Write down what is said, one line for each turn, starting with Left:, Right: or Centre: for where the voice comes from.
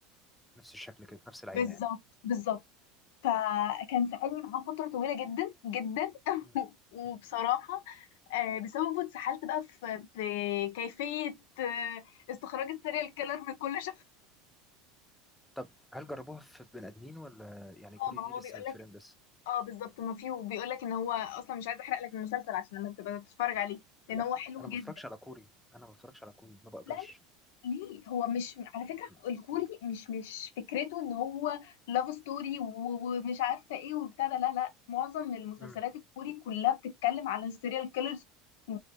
Centre: نفس الشكل كده نفس العينة
Left: بالظبط
Centre: يعني
Left: بالظبط فكان سألني معاه فترة طويلة جدا جدا <laughs>
Centre: مم.
Left: وبصراحة
Centre: مم.
Left: آه، بسببه اتسحلت بقى في في كيفية آه، استخراج السيريال كيلر من كل شخص
Centre: طب هل جربوها في بني ادمين ولا يعني كوري
Left: اه ما
Centre: دي
Left: هو
Centre: لسه
Left: بيقول
Centre: فيلم
Left: لك
Centre: بس؟
Left: اه بالظبط ما فيه وبيقول لك ان هو اصلا مش عايز احرق لك المسلسل عشان لما تبقى تتفرج عليه لان
Centre: لا
Left: هو حلو
Centre: انا
Left: جدا
Centre: ما بتفرجش على كوري انا ما بتفرجش على كوري ما بقدرش
Left: لا لا ليه هو مش على فكره
Centre: مم.
Left: الكوري مش مش فكرته ان هو لاف ستوري ومش عارفه ايه وبتاع ده لا لا معظم المسلسلات
Centre: مم.
Left: الكوري كلها بتتكلم على السيريال كيلرز و...